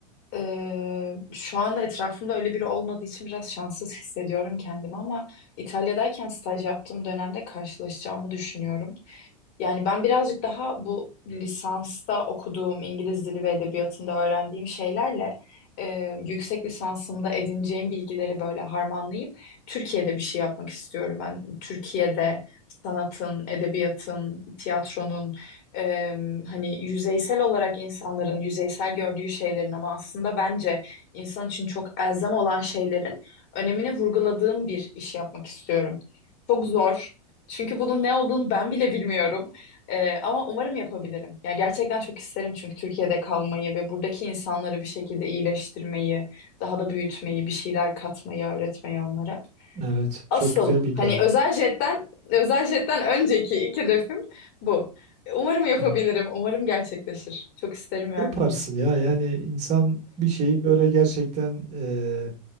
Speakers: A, on the left; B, on the right.
A: Ee, şu anda etrafımda öyle biri olmadığı için biraz şanssız hissediyorum kendimi ama İtalya'dayken staj yaptığım dönemde karşılaşacağımı düşünüyorum. Yani ben birazcık daha bu lisansta okuduğum İngiliz dili ve edebiyatında öğrendiğim şeylerle e, yüksek lisansımda edineceğim bilgileri böyle harmanlayıp Türkiye'de bir şey yapmak istiyorum. Ben Türkiye'de sanatın, edebiyatın, tiyatronun e, hani yüzeysel olarak insanların yüzeysel gördüğü şeylerin ama aslında bence insan için çok elzem olan şeylerin önemini vurguladığım bir iş yapmak istiyorum. Çok zor. Çünkü bunun ne olduğunu ben bile bilmiyorum. Ee, ama umarım yapabilirim. Yani gerçekten çok isterim çünkü Türkiye'de kalmayı ve buradaki insanları bir şekilde iyileştirmeyi, daha da büyütmeyi, bir şeyler katmayı, öğretmeyi onlara.
B: Evet.
A: Asıl
B: Çok güzel bir ideal.
A: hani özel jetten, özel jetten önceki ilk hedefim bu. Umarım yapabilirim.
B: Aynen.
A: Umarım gerçekleşir. Çok isterim yani
B: Yaparsın
A: bunu.
B: ya yani insan bir şeyi böyle gerçekten eee,